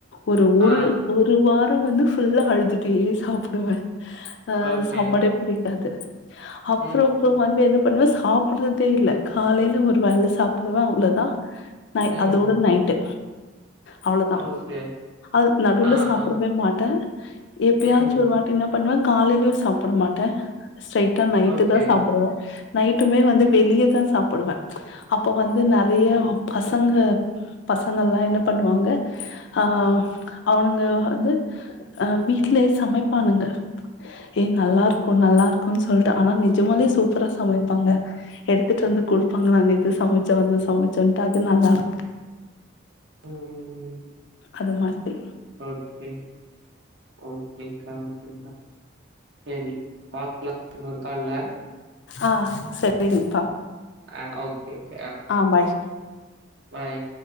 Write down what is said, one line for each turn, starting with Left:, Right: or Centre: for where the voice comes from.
Left: ஒரு
Right: ஆ,
Left: ஒரு ஒரு வாரோ வந்து ஃபுல்லா அழுதுட்டே சாப்புடுவே
Right: ஆ.
Left: அ
Right: ஓகே.
Left: சாப்பாடே புடிக்காது அப்றோ
Right: ம். ம்.
Left: அப்றோ வந்து என்ன பண்ணுவ சாப்புட்றதே இல்ல காலைல ஒரு வேல சாப்புடுவ அவ்ளோதா நை
Right: ம்.
Left: அதோட நைட்டு அவ்வளோதா
Right: ஓகே.
Left: அது நடுல
Right: ஆ,
Left: சாப்டவே
Right: ஆ.
Left: மாட்டே எப்பயாச்சு
Right: ம்.
Left: ஒரு வாட்டி என்ன பண்ணுவ காலைலயு சாப்ட மாட்ட ஸ்டெயிட்டா நைட்டுதா
Right: ஓகே.
Left: சாப்புடுவே நைட்டுமே வந்து வெளியதா சாப்புடுவ அப்ப வந்து நெறைய பசங்க பசங்கலா என்ன பண்ணுவாங்க அ அவனுங்க வந்து அ வீட்லயே சமைப்பானுங்க ஏ நல்லா இருக்கு நல்லா இருக்குன்னு சொல்ட்டு ஆனா நிஜமாலே சூப்பரா சமைப்பாங்க எடுத்துட்டு வந்து குடு பாங்க நாங்க இது சமைச்சே அது சமச்சோன்ட்டு அது நல்லார்க்
Right: ம். ம். ம்.
Left: அது மாதிரி
Right: ஓகே ஓகேங்கா, ஓகேங்கா, சேரி பாக்லா இன்னொரு கால்ல
Left: ஆ, சரிங்ப்பா
Right: ஆ ஓகே, ஓகே.
Left: ஆ பாய்
Right: பாய்